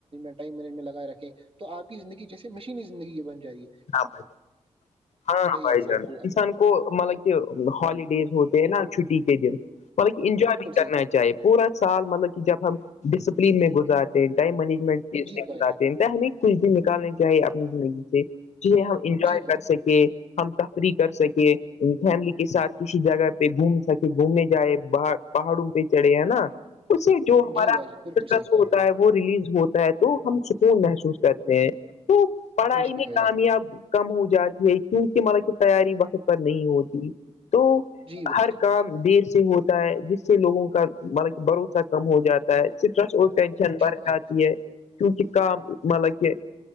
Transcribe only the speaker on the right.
ائٹائمجمٹ لگائے رکھے تو آپ کی زندگی جیسے مشینی زندگی یہ بن جائیے
انسان
اپنی
بالکل
صحیح
کہا
جی
بھائی جان
جی
جی بھائی جان بالکل صحیح کہا
آپ نے
جی
بھائی جان
جی بھائی
جان
جی
بھائی